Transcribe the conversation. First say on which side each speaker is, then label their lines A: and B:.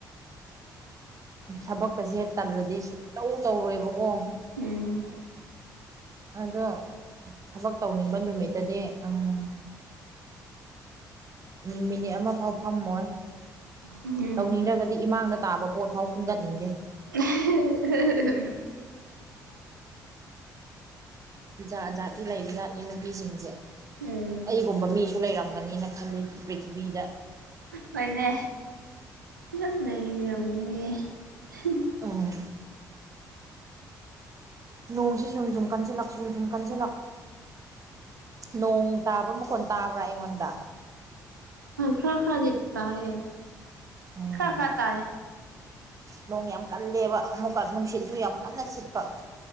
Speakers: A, on the right; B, on the right.
A: ꯊꯕꯛꯀꯁꯦ ꯇꯜꯂꯗꯤ ꯁꯨꯛꯇꯧ ꯇꯧꯔꯣꯏꯕꯀꯣ
B: ꯎꯝ
A: ꯑꯗꯣ ꯊꯕꯛ ꯇꯧꯅꯤꯡꯕ ꯅꯨꯃꯤꯠꯇꯗꯤ ꯑꯝ ꯎꯝ ꯃꯤꯅꯤꯠ ꯑꯃ ꯐꯥꯎ ꯐꯝꯃꯣꯏ
B: ꯎꯝ
A: ꯇꯧꯅꯤꯡꯗ꯭ꯔꯒꯗꯤ ꯏꯃꯥꯡꯗ ꯇꯥꯕ ꯄꯣꯠ ꯐꯧ ꯈꯨꯟꯒꯠꯅꯤꯡꯗꯦ
B: ꯑ <inaudible>
A: ꯖꯥꯠ ꯖꯥꯠꯇꯤ ꯂꯩꯕ ꯖꯥꯠꯅꯤ ꯅꯨꯄꯤꯁꯤꯡꯁꯦ꯫
B: ꯎꯝ
A: ꯑꯩꯒꯨꯝꯕ ꯃꯤꯁꯨ ꯂꯩꯔꯝꯒꯅꯤꯅ ꯈꯜꯂꯤ ꯄ꯭ꯔꯤꯊꯤꯕꯤꯗ꯫
B: ꯍꯣꯏꯅꯦ ꯌꯥꯝ ꯂꯩꯏꯔꯝꯃꯤꯅꯦ <unintelligible>
A: ꯑꯣ ꯅꯣꯡꯁꯤꯁꯨꯝ ꯁꯨꯝ ꯀꯟꯁꯤꯂꯛ ꯁꯨꯝ ꯁꯨꯝ ꯀꯟꯁꯤꯂꯛ ꯅꯣꯡ ꯇꯥꯕ ꯃꯈꯣꯟ ꯇꯥꯕ꯭ꯔꯥ ꯑꯩꯉꯣꯟꯗꯥ꯫
B: ꯈ꯭ꯔ ꯈ꯭ꯔꯗꯤ ꯇꯥꯏꯌꯦ
A: ꯎꯝ
B: ꯈꯔ ꯈꯥ ꯇꯥꯏꯌꯦ꯫
A: ꯅꯣꯡ ꯌꯥꯝ ꯀꯜꯂꯦꯕ ꯑꯃꯨꯛꯀ ꯅꯨꯡꯁꯤꯠꯁꯨ ꯌꯥꯝ ꯀꯟꯅ ꯁꯤꯠꯄ꯫